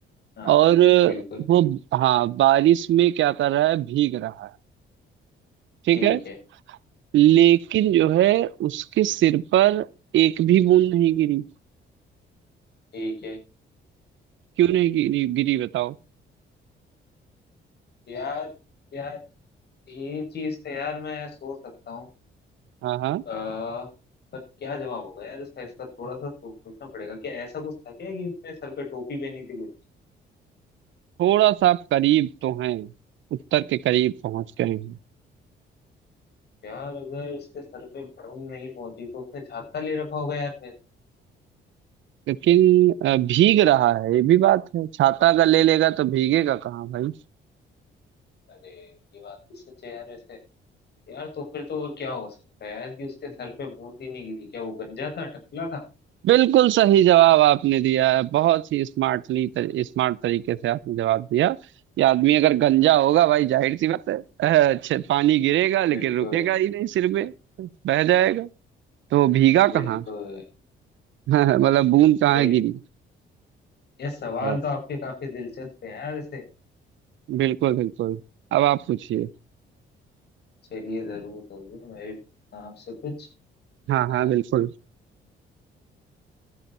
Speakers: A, on the left; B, on the right.
A: हाँ
B: और
A: बिल्कुल
B: वो हाँ बारिश में क्या कर रहा है भीग रहा है ठीक
A: ठीक
B: है
A: है
B: लेकिन जो है उसके सिर पर एक भी बूंद नहीं गिरी
A: ठीक है
B: क्यों नहीं गिरी गिरी बताओ
A: यार यार ये चीज तो यार मैं सोच सकता हूँ
B: हाँ हाँ
A: अह, पर क्या जवाब होगा यार इसका इसका थोड़ा सा सोचना पड़ेगा क्या ऐसा कुछ था क्या कि उसने सर पे टोपी पहनी थी कुछ
B: थोड़ा सा आप करीब तो हैं उत्तर के करीब पहुंच गए हैं
A: यार अगर उसके सर पे भूम नहीं पहुंची तो उसने छाता ले रखा होगा यार फिर
B: लेकिन अ, भीग रहा है ये भी बात है छाता अगर ले लेगा तो भीगेगा कहाँ भाई
A: अरे ये बात भी सच है यार वैसे यार तो फिर तो और क्या हो सकता है यार कि उसके सर पे बूंद ही नहीं गिरी क्या वो गंजा था टकला था
B: बिल्कुल सही जवाब आपने दिया है बहुत ही स्मार्टली तर, स्मार्ट तरीके से आपने जवाब दिया ये आदमी अगर गंजा होगा भाई जाहिर सी बात है अ, अच्छे पानी गिरेगा लेकिन
A: बिल्कुल
B: रुकेगा ही नहीं सिर पे बह जाएगा तो वो भीगा
A: बिल्कुल
B: कहाँ <laughs> मतलब बूंद कहाँ
A: सही
B: गिरी
A: है ये सवाल
B: अ,
A: तो आपके काफी दिलचस्प है यार वैसे
B: बिल्कुल बिल्कुल अब आप पूछिए
A: चलिए जरूर जरूर मैं भी पूछता हूँ आपसे कुछ
B: हाँ
A: अ,
B: हाँ बिल्कुल